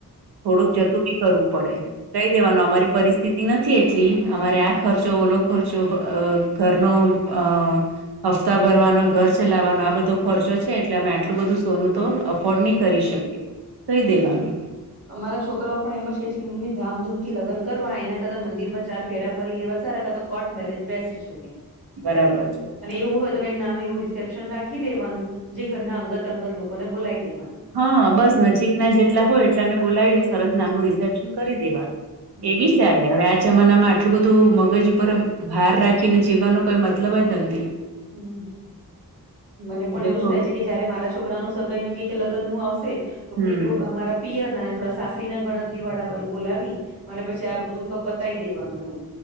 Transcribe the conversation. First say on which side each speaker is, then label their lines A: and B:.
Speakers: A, on the right (about 85°); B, on the right (about 55°).
A: થોડુંક જતું બી કરવું પડે. કહી દેવાનું અમારી પરિસ્થિત નથી એટલી, અમારે આ ખર્ચો, ઓલો ખર્ચો, અહ ઘરનો અહ હપ્તા ભરવાનો, ઘર ચલાવવાનો આ બધો ખર્ચો છે એટલે અમે આટલું બધું સોનું તો અફ એ ફોર્ડ નહીં કરી શકીએ, કહી દેવાનું.
B: અમારા છોકરાઓ પણ એમ જ કે છે કે મમ્મી ધામધૂમથી લગ્ન કરવા એના કરતા મંદિરમાં ચાર ફેરા ફરી લેવા સારા. કા તો કોર્ટ મેરેજ બેસ્ટ છે કે.
A: બરાબર છે.
B: અને એવું હોય તો કંઈક નાનું એવું રિસેપ્શન રાખી લેવાનું, જે ઘરના અંગત-અંગત લોકોને બોલાઈ દેવાનું.
A: હા. બસ નજીકના જેટલા હોય એટલા એને બોલાવીને સરસ નાનું રિસેપ્શન કરી દેવાનું.
B: હમ
A: એ
B: બસ
A: બી ચાલે.
B: કે
A: હવે આજ જમાનામાં આટલું બધું મગજ ઉપર ભાર રાખીને જીવવાનો કોઈ મતલબ જ નથી.
B: હમ્મ. મને પણ
A: એટલે
B: એવું
A: થોડુંક
B: જ થાય છે કે જયારે મારા છોકરાનું સગાઈ નું કેક લગનનું આવશે તો
A: હમ
B: ખૂબ મારા પિયરના ને થોડા સાસરી ના ગણતરી વાળા બલ બોલાવી અને પછી આ બધું ક પતાવી દેવાનું એવું.